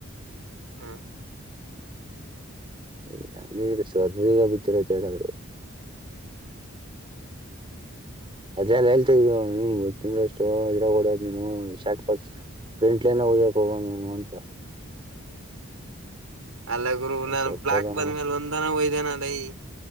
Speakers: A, on the right (about 85°); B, on the right (about 25°).
A: ಹಾ
B: ಇಲ್ಲ <unintelligible> ಅದೆಲ್ಲ ಹೇಳ್ತ ತಿಷ್ಟು ಇದ್ರಾಗಡೋದ್ ನೀನು ಶಾ ಫ್ರೆಂಟ್ಲೈನ್ ಹಯ್ಯಕ್ ಹೋಗಣ ಅಂತ
A: ಅಲ್ಲ ಗುರು ನಾನು
B: ಸತ್ತೋದನು
A: ಬ್ಲಾಕ್ ಬಂದ್ಮೇಲೆ ಒಂದ್ನ ಒಯ್ದೇನ ಅಲ್ಲೈ